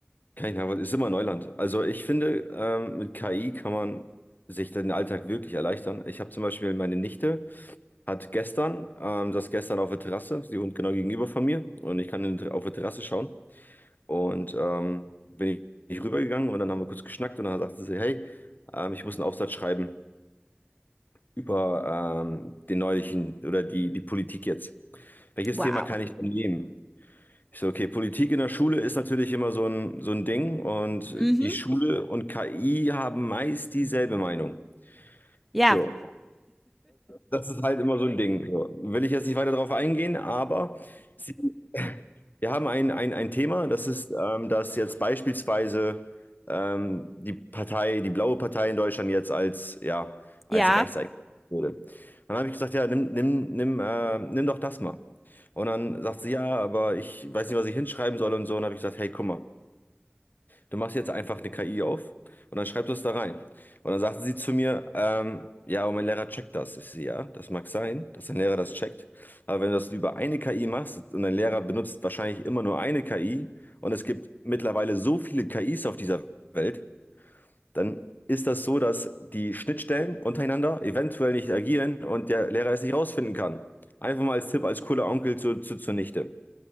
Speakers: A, on the left; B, in the centre.
A: Kann ich nachvollziehen. Ist immer Neuland. Also ich finde, ähm, mit KI kann man sich den Alltag wirklich erleichtern. Ich habe zum Beispiel meine Nichte. Hat gestern, ähm, saß gestern auf der Terrasse, sie und genau gegenüber von mir. Und ich kann in, auf der Terrasse schauen. Und ähm, bin ich, ich rübergegangen und dann haben wir kurz geschnackt und dann sagte sie, hey, ähm, ich muss einen Aufsatz schreiben über ähm, den neulichen oder die, die Politik jetzt. Welches
B: wow.
A: Thema kann ich denn nehmen? Ich so, okay, Politik in der Schule ist natürlich immer so ein, so ein Ding und
B: Mhm.
A: die Schule und KI haben meist dieselbe Meinung.
B: Ja,
A: So, Das ist halt immer so ein Ding. So, Will ich jetzt nicht weiter darauf eingehen, aber Sie, wir haben ein, ein, ein Thema, das ist, ähm, dass jetzt beispielsweise ähm, die Partei, die blaue Partei in Deutschland jetzt als, ja, als
B: ja.
A: rechts eingestuft wurde. Dann habe ich gesagt, ja, nimm, nimm, nimm, äh, nimm doch das mal. Und dann sagt sie, ja, aber ich weiß nicht, was ich hinschreiben soll und so. Und dann habe ich gesagt, hey, guck mal. Du machst jetzt einfach eine KI auf und dann schreibst du es da rein. Und dann sagte sie zu mir, ähm, ja, aber mein Lehrer checkt das. Ich sehe, ja, das mag sein, dass dein Lehrer das checkt. Aber wenn du das über eine KI machst und dein Lehrer benutzt wahrscheinlich immer nur eine KI und es gibt mittlerweile so viele KIs auf dieser Welt, dann ist das so, dass die Schnittstellen untereinander eventuell nicht agieren und der Lehrer es nicht rausfinden kann. Einfach mal als Tipp, als cooler Onkel zu, zu, zunichte.